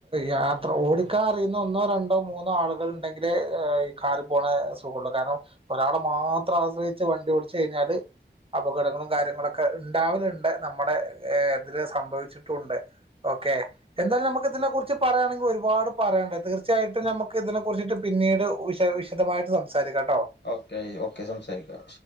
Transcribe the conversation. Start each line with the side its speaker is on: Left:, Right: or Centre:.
Right: യാത്ര ഓടിക്കാൻ അറിയുന്ന ഒന്നോ രണ്ടോ മൂന്നോ ആളുകള് ഉണ്ടെങ്കില് ഈ കാറി പോണ സുഖമാ കാരണം ഒരാളെ മാത്രം ആശ്രയിച്ച് വണ്ടി ഓടിച്ചു കഴിഞ്ഞാല് അപകടങ്ങളും കാര്യങ്ങളൊ ക്കെ ഇണ്ടാവലുണ്ട് നമ്മുടെ ഇതില് സംഭവിച്ചിട്ടുണ്ട് ഓക്കെ എന്തായാലും നമുക്ക് ഇതിനെ കുറിച്ച് പറയാണെങ്കി ഒരുപാട് പറയാനുണ്ട് തീർച്ചയായിട്ടും ഞമ്മുക്ക് ഇതിനെ കുറിച്ചിട്ട് പിന്നീട് വിശ വിശദമായിട്ട് സംസാരിക്കണം
Left: ഓക്കെ ഓക്കെ സംസാരിക്കാം